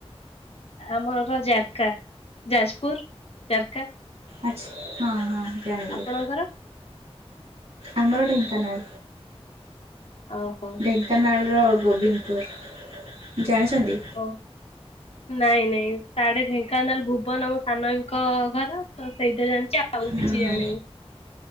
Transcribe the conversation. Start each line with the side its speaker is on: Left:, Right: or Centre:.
Left: ଆମର ଜାରକା ଯାଜପୁର ଜାରକା
Right: ଆଚ୍ଛା ହଁ ହଁ ଜାଣିଲି
Left: ଆପଣଙ୍କର?
Right: ଆମର ଢେଙ୍କାନାଲ।
Left: ଓଉହୋ।
Right: ଢେଙ୍କାନାଳର ଗୋବିନ୍ଦପୁର ଜାଣିଛନ୍ତି?
Left: ହଉ ନାଇଁ ନାଇଁ ସାଡେ ଢେଙ୍କାନାଳ ଭୁବନ ଆମ ସାନ ଆଙ୍କ ଘର ତ ସେଇଟା ଜାଣିଚି ଆଉ। ଆଉ
Right: ହୁଁ
Left: କିଛି
Right: ହୁଁ
Left: ଜାଣିନି।